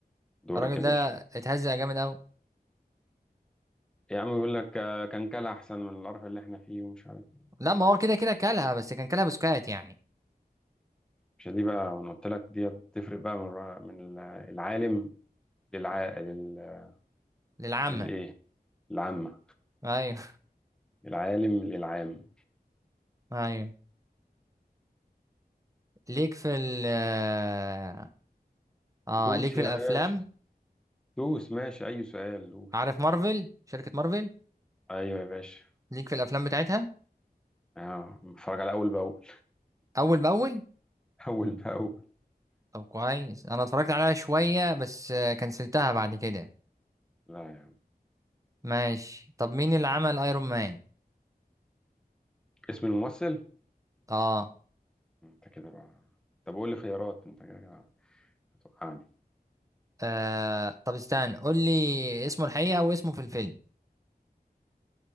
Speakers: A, in the centre; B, on the right.
A: دورك
B: الراجل
A: يا باشا
B: ده اتهزق جامد قوي
A: يا عم بيقول لك آه، كان كلا احسن من القرف اللي احنا فيه ومش عارف إيه.
B: لا ما هو كده كده كلها بس كان كلها بسكات يعني
A: مش دي بقى انا قلت لك دي بتفرق بقى من الر- من ال- العالم للع لل...
B: للعامة
A: للايه العامة
B: ايوه
A: العالم للعام
B: <laughs> ايوه ليك في ال اه آه،
A: دوس
B: ليك في
A: يا
B: الافلام
A: باشا دوس ماشي اي سؤال دوس
B: عارف مارفل شركة مارفل
A: ايوه يا باشا
B: ليك في الافلام بتاعتها
A: اه بتفرج على اول باول
B: اول باول
A: <laughs> اول باول
B: طب كويس انا اتفرجت عليها شوية بس آه، كنسلتها بعد كده
A: لا يا عم
B: ماشي طب مين اللي عمل ايرون مان
A: اسم الممثل
B: اه
A: انت كده بقى طب قول لي خيارات انت كده كده هتوقعني
B: آه، طب استنى قول لي اسمه الحقيقة واسمه في الفيلم